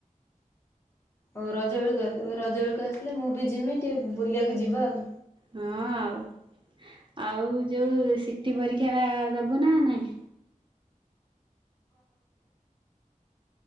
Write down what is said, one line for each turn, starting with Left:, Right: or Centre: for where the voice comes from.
Left: ଓ ରଜ ବେଳକୁ ରଜ ବେଳକୁ ଆସିଲେ ମୁଁ ବି ଯିମି ଟିକେ ବୁଲିବାକୁ ଯିବା ଆଉ।
Right: ହଁ ଆଉ, ଆଉ ଯୋଉ ସି ଟି ପରୀକ୍ଷା ଦବୁ ନା ନାଇଁ?